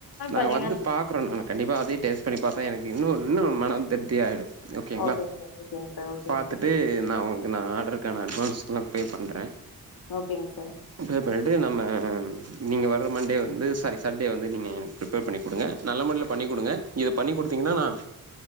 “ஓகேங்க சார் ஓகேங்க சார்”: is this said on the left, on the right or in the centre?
Left